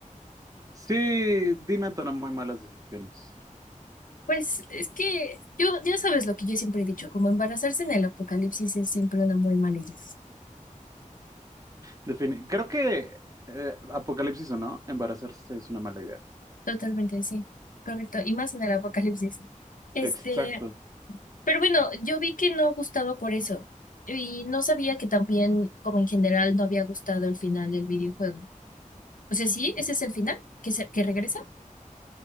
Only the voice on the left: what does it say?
Pues es que yo, ya sabes lo que yo siempre he dicho, como embarazarse en el apocalipsis es siempre una muy mala idea.
Totalmente, sí, correcto. Y más en el apocalipsis. Este,
pero bueno, yo vi que no gustaba por eso. Y no sabía que también, como en general, no había gustado el final del videojuego. O sea, sí, ese es el final, que se, que regresa. <gasps>